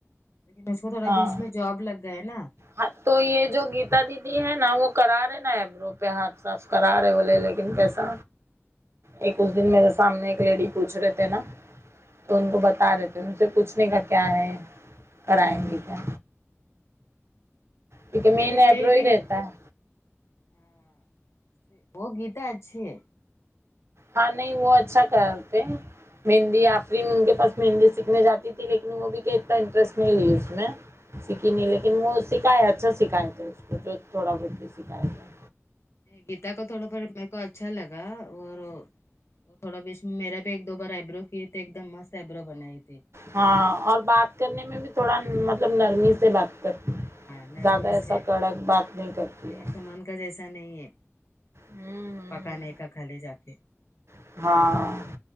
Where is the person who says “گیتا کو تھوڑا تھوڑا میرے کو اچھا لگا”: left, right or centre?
Left